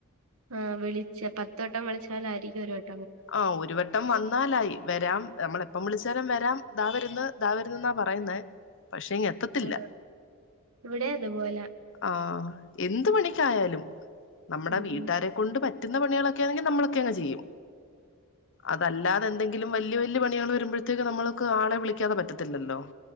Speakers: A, on the right; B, on the left.
A: ആ വിളിച്ച പത്ത്‌വട്ടം വിളിച്ചാലായിരിക്കും ഒരുവട്ടം
B: ആ ഒരു വട്ടം വന്നാലായി വരാം നമ്മളെ എപ്പം വിളച്ച ചരം <unintelligible> വരാം ദാവരുന്ന് ദാവരുന്നെന്നാ പറയുന്നേ പക്ഷെ ഇങ്ങ് എത്തത്തില്ല
A: ആ ഇവിടെ അതുപോലാ
B: ആ എന്ത് പണിക്കായാലും നമ്മുടെ
A: ഉം
B: വീട്ടാരെ കൊണ്ട് പറ്റ പറ്റുന്ന പണികളൊക്കെ ആണെങ്കിൽ നമ്മളൊക്കെ അങ് ചെയ്യും അതല്ലാതെ എന്തെങ്കിലും വല്യയ വല്യയ പണികൾ വരുമ്പോഴത്തേക്ക് നമ്മൾക്ക് ആളെ വിളിക്കാതെ പറ്റത്തില്ലല്ലോ.